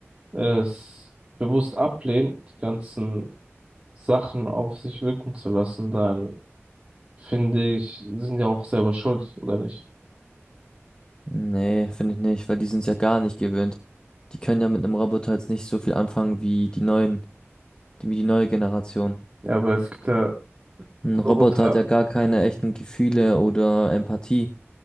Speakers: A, on the right; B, on the left.
A: es bewusst ablehnen, die ganzen Sachen auf sich wirken zu lassen, dann finde ich, sind ja auch selber schuld, oder nicht?
B: Nee, finde ich nicht, weil die sind es ja gar nicht gewöhnt. Die können ja mit einem Roboter jetzt nicht so viel anfangen wie die neuen, die, wie die neue Generation.
A: Ja, aber es gibt ja
B: Ein Roboter
A: Roboter.
B: hat ja gar keine echten Gefühle oder Empathie.